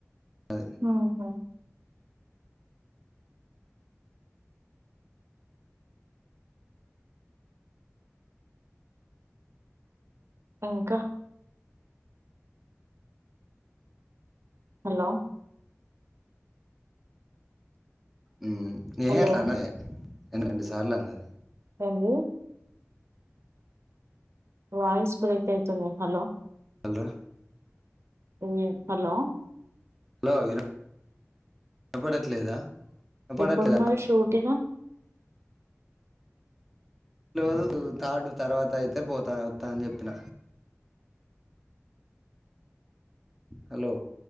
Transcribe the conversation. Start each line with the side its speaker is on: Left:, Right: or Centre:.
Centre: అది
Right: హుహు. ఇంకా హలో!
Centre: హామ్ ఏహే
Right: హలో!
Centre: అట్లనకే ఎన్ని రెండు సార్లు అన్నది
Right: రంగు వాయిస్ బ్రేక్ అయితుంది హలో
Centre: అల్రా
Right: <unintelligible> హలో
Centre: హలో విన వినపడట్లేదా వినపడట్లేదా?
Right: ఎప్పుడు మరి షూటింగ్
Centre: రోజు తార్డ్ తర్వాతయితే పోతా వత్తా అని చెప్పిన హలో